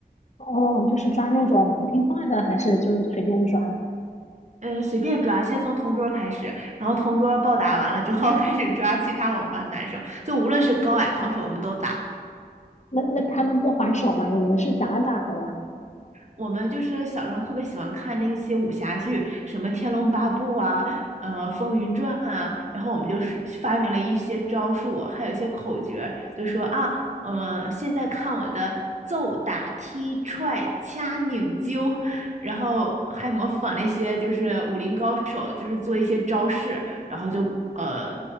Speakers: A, on the left (about 45°); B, on the right (about 45°).
A: 哦，就是抓那种不听话的，还是就是随便抓呀？
B: 嗯，随便抓，先从同桌开始，然后同桌暴打完了之后 <laughs>，开始抓其他我们班男生，就无论是高矮胖瘦，我们都打。
A: 那那他们不还手吗？你们是咋打的呀？
B: 我们就是小时候特别喜欢看那些武侠剧，什么《天龙八部》啊，呃，《风云传》啊，然后我们就是发明了一些招数，还有一些口诀，就说啊，呃，现在看我的揍、打、踢、踹、掐、拧、揪，然后还模仿那些就是武林高手，就是做一些招式，然后就呃